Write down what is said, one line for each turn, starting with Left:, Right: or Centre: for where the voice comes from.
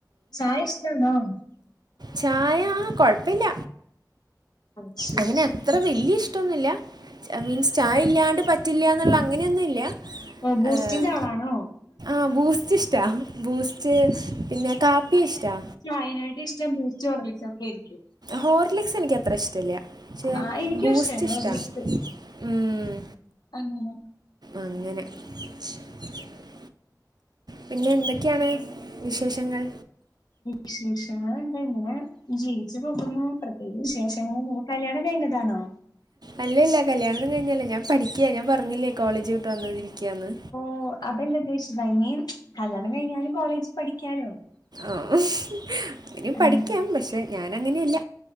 Left: ചായഷ്ടാണോ
Right: ചായ കൊഴപ്പില്ല
Left: അത് ശരി.
Right: അങ്ങനെ അത്ര വല്യ ഇഷ്ടന്നുല്ല മീൻസ് ചായ ഇല്ലാണ്ട് പറ്റില്ല ന്നുള്ള അങ്ങനെന്നുല്ല
Left: ഓ ബൂസ്റ്റിന്റെ
Right: ആഹ്
Left: ആളാണോ?
Right: ആബൂസ്റ്റ് ഇഷ്ടാ ബൂസ്റ്റ് പിന്നെ കാപ്പി ഇഷ്റ്റാ
Left: ചായ നായിട്ട് ഇഷ്ടം ബൂസ്റ്റ്ഹോർളി ക്സ്ക്കെയിരിക്കും
Right: ഹോർലിക്സ് എനിക്ക് അത്ര ഇഷ്ടല്ല ക്ഷേ
Left: ആ എനിക്കും
Right: ബൂസ്റ്റ്
Left: ഇഷ്ടാണ്
Right: ഇഷ്ട
Left: ഹോർലിക്സ്
Right: ഉം
Left: അങ്ങനെ
Right: അങ്ങനെ <inaudible> പിന്നെ എന്തൊക്കെണ് വിശേഷങ്ങൾ
Left: വിശേഷങ്ങൾ എന്താ ഇങ്ങനെ ജീവിച്ചു പോകുന്നുപ്ര ഏശേഷങ്ങൾ ന്നും കല്യാണം കഴിഞ്ഞതാണോ
Right: അല്ലല്ല കല്യാണന്നും കഴിഞ്ഞല്ലഞാ പഠിക്ക ഞാപറഞ്ഞില്ലേ കോളേജ് വിട്ട് വന്ന ഇരിക്കാന്ന്
Left: ഓഹ് അതല്ല ഉദ്ദേശിച്ചത ഐമിൻ കല്ണം കഴിഞ്ഞാലും കോളേജിൽ പഠിക്കാലോ
Right: ആഹ് ഇനി
Left: അങ്ങനെ
Right: പഠിക്കാം പക്ഷെ ഞാൻ അങ്ങനെയല്ല